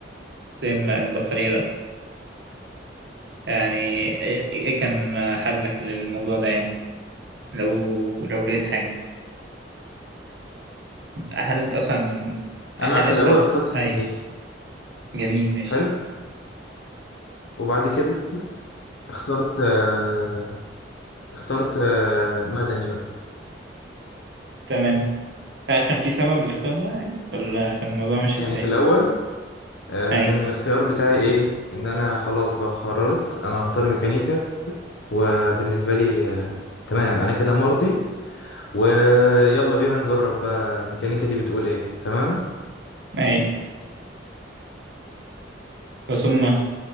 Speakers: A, on the right; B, on the left.
A: زي الدحريرة يعني ايه إيه كان حلك للموضوع ده يعني لو لو لقيت حاجة هل انت اصلا
B: انا
A: هل
B: في
A: انت
B: الاول اخترت
A: ايوه
B: ميكانيكا
A: جميل ماشي
B: حلو وبعد كده اخترت آه، اخترت آه، مدني بقى
A: تمام هل كان في سبب للاختيار ده يعني ولا كان الموضوع مش
B: يعني
A: ازاي
B: في الاول آه،
A: اي
B: كان الاختيار بتاعي ايه ان انا خلاص بقى قررت انا هختار ميكانيكا وبالنسبه لي آه، تمام انا كده مرضي ويلا بينا نجرب بقى الميكانيكا دي بتقول ايه تمام
A: اي بس هم